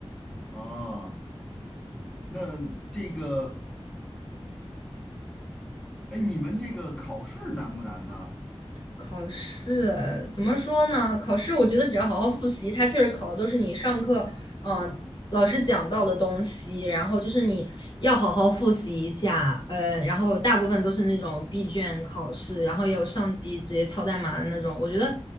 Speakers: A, in the centre; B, on the left.
A: 啊？那这个，哎，你们这个考试难不难呢？
B: 考试怎么说呢？考试我觉得只要好好复习，它确实考的都是你上课，嗯、老师讲到的东西，然后就是你要好好复习一下，呃，然后大部分都是那种闭卷考试，然后也有上机直接抄代码的那种，我觉得